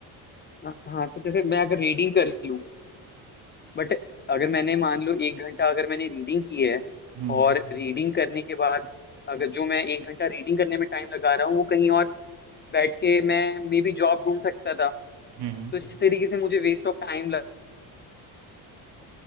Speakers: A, on the left (about 25°); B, on the right (about 65°).
A: हाँ हाँ, तो जैसे मैं अगर रीडिंग कर लूँ बट अगर मैंने मान लो एक घंटा अगर मैंने रीडिंग की है
B: हम्म
A: और
B: हम्म
A: रीडिंग करने के बाद अगर जो मैं एक घंटा रीडिंग करने में टाइम लगा रहा हूँ वो कहीं और बैठ के मैं मे बी जॉब ढूंढ सकता था
B: हम्म
A: तो इस तरीके से मुझे वेस्ट ऑफ टाइम लग